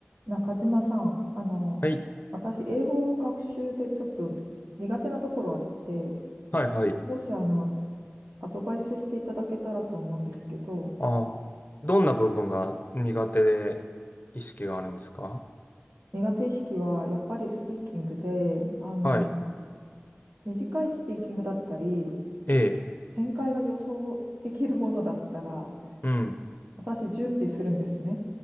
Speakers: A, on the right; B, on the left.
A: 中島さん、あの、
B: はい、
A: 私、英語学習でちょっと苦手なところあって、
B: はい、はい。
A: もし、あの、アドバイスしていただけたらと思うんですけど、
B: ああ、どんな部分が苦手で意識があるんですか
A: 苦手意識はやっぱりスピーキングで、あの、
B: はい、
A: 短いスピーキングだったり、
B: ええ、
A: 展開が予想できるものだったら、
B: うん、
A: 私、準備するんですね。